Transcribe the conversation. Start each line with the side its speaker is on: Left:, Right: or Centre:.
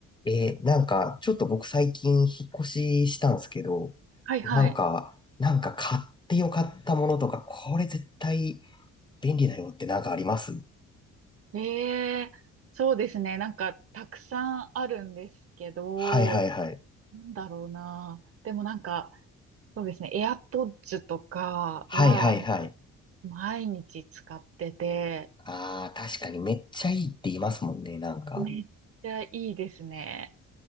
Left: えーなんか、ちょっと僕最近引っ越ししたんですけど、
Right: はいはい。
Left: なんか、なんか買ってよかったものとか、これ絶対便利だよってなんかあります
Right: ええ、そうですね。なんか、たくさんあるんですけど、
Left: はいはいはい。
Right: なんだろうな。でもなんか、そうですね。AirPods とかは、
Left: はいはいはい。
Right: 毎日使ってて、
Left: ああ、確かにめっちゃいいって言いますもんね、
Right: あ
Left: なんか。
Right: めっちゃいいですね。